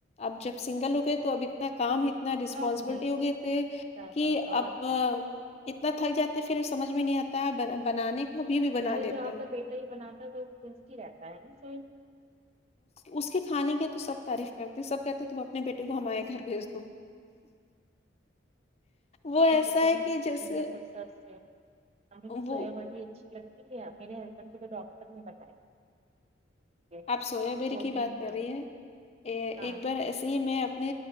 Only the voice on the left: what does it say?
اب جب سنگل ہو گئے تو ابھی انا کام اتنا رسپانسبلٹی
ہو گئے تھے
کہ اب
اتنا تھک جاتا ہے پھر سمجھ میں نہیں آتا ہے بنانے کو ابھی بھی بنا
لیتے
ہیں
اس کے کھانے کی تو سب تعریف کرتے سب کہتے تم اپنے بیٹے کو ہمارے گھر بھیج دو وہ
ایسا
ہے
کہ
جیسے
وہ
آپ سویا بیری
کی بات کر
رہی ہیں ا
ایک بار جے میں اپنے